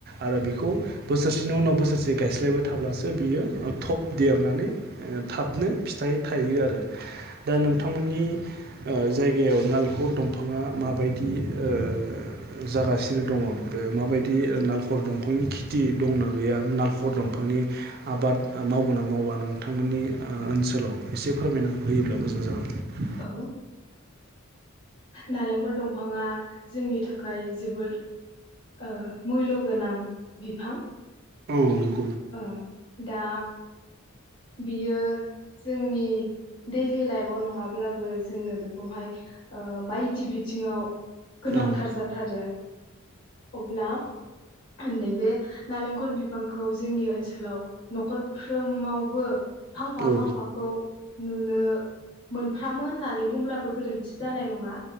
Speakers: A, on the right; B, on the left.
A: आरो बेखौ बोसोरसेनि उनाव बोसोरसे जे गायस्लायबाय थाब्लासो बियो थब देरनानै थाबनो फिथाइ थायो आरो दा नोंथांमोननि
B: औ
A: ओ जायगायाव नालेखर दंफाङा माबायदि ओ जागासिनो दङ बे माबायदि नालेखर दंफांनि खेथि दंना गैया नालेखर दंफांनि आबाद मावगोन ना मावा नोंथांमोननि ओ ओनसोलाव एसे फोरमायना होयोब्ला मोजां जागोन
B: औ नालेंखर दंफाङा जोंनि थाखाय जोबोर ओ मुल्य गोनां बिफां।
A: औ नोंगौ।
B: ओं दा बियो जोंनि दैयलि लाइफआव नङाब्लाबो जोंनो बेखौहाय ओ बायदि बिथिङाव गोनांथार
A: औ
B: जाथारो अब्ला नैबे नालेंखर बिफांखौ जोंनि ओनसोलाव न'खरफ्रोमावबो फांफा
A: औ
B: फांफाखौ
A: नंगौ औ
B: नुनो मोनफ्रामो होननानै बुंब्लाबो गोरोन्थि जानाय नङा